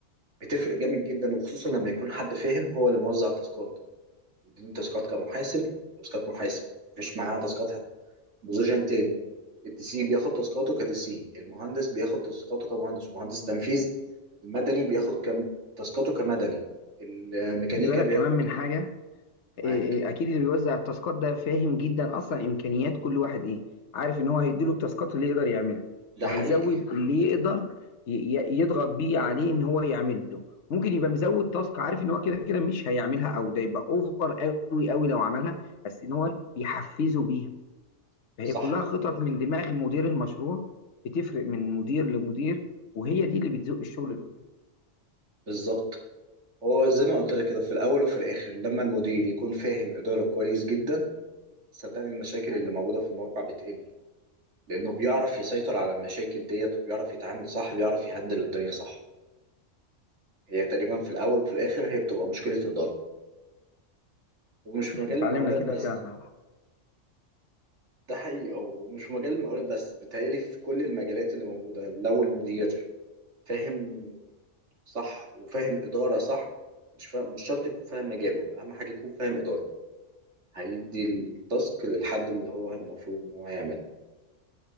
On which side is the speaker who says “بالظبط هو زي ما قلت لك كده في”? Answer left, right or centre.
Right